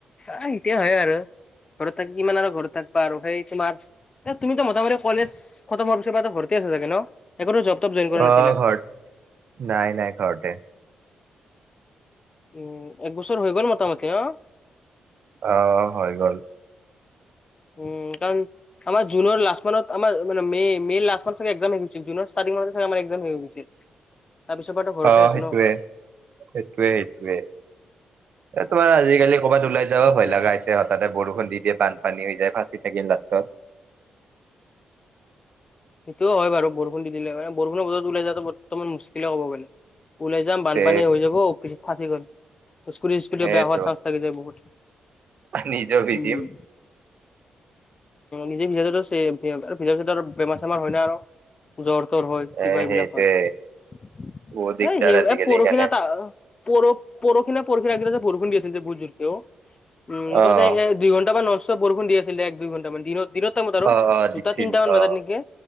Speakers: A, on the left; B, on the right.
A: আঁ এতিয়া হয় আৰু ঘৰত থাকি কিমান আৰু ঘৰত থাকিবা আৰু সেই তোমাৰ তুমিতো মোটামটি কলেজ, খতম হোৱাৰ পিছৰ পৰাতো ঘৰতে বহি আছা ন? একোতো জব তব জইন কৰা
B: অঁ
A: নাছিলা?
B: ঘৰত, নাই নাই ঘৰতে।
A: উম। এক বছৰ হৈ গ'ল মোটামোটি ন?
B: অঁ, হৈ গ'ল।
A: উম কাৰণ আমাৰ জুনৰ লাষ্ট মানত, আমাৰ মানে মে', মে' লাষ্ট মানত চাগে এক্সাম শেষ হৈ গৈছিল, জুনৰ ষ্টাৰ্টিঙত মানতে ধৰা হৈ হৈ গৈছিল।
B: <inaudible>
A: তাৰ পিছৰ পৰাতো ঘৰতে
B: অঁ
A: আছো
B: সেইটোৱে,
A: ন
B: সেইটোৱে সেইটোৱে। এ তোমাৰ আজিকালি ক'ৰবাত ওলাই
A: আচ্ছা
B: যাব
A: আচ্ছা।
B: ভয় লগা হৈছে, হঠাতে বৰষুণ দি দিয়ে, বানপানী হৈ যায়, ফাঁচি থাকিম লাষ্টত।
A: সেইটোও হয় বাৰু। বৰষুণ দি দিলে মানে, বৰষুণৰ বতৰত ওলাই যোৱাটো বৰ্তমান মুস্কিলে ক'ব পাৰি। ওলাই যাম, বানপানী
B: তে
A: হৈ যাব, অ' পিছত ফাঁচি গলে স্কুটী, স্কুটী
B: সেইটো
A: বেয়া হোৱাৰ চাঞ্চ থাকি যায় বহুত।
B: নিজেও ভিজিম
A: উম উম। নিজে ভিজাটো চেভ আৰু ভিজাৰ পিছতো বেমাৰ চেমাৰ হয় যায় আৰু। জ্বৰ চৰ হয়,
B: এ
A: কিবা এইবিলাক
B: সেইটোৱে
A: হয়।
B: বহুত দিগদাৰ
A: এই সে
B: আজিকালি
A: পৰহি
B: সেইকাৰণে
A: নে তাৰ পৰহি নে পৰহিৰ আগদিনা যে বৰষুণ দি আছিলে বহুত জোৰকে অ' উম, মোটামোতি
B: অ'
A: এক দুই ঘণ্টামান নন ষ্টপ বৰষুণ দি আছিলে এক দুই ঘণ্টামান দিনত। দিনৰ টাইমত আৰু।
B: অ' অ' দিছিল
A: দুটা তিনটা মান
B: অ'
A: বজাত নেকি।